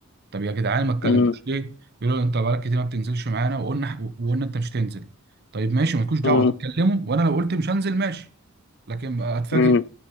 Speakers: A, on the right (about 50°); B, on the left (about 55°).
A: طب يا جدعان ما اتكلمتوش
B: مم.
A: ليه يقولوا انت بقالك كتير ما بتنزلش معانا وقلنا وقلنا انت مش تنزل طيب ماشي مالكوش دعوه
B: مم.
A: اتكلموا وانا لو قلت مش هنزل ماشي لكن اتفاجئ
B: مم.